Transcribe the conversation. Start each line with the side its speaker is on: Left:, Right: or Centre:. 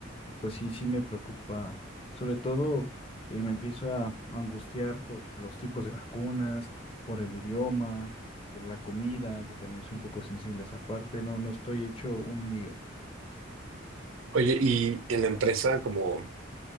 Left: y pues sí, sí me preocupa. Sobre todo eh, me empiezo a angustiar por los tipos de vacunas, por el idioma, por la comida, que también soy un poco sensible a esa parte, no, no estoy hecho un lío.
Right: Oye, y en la empresa, como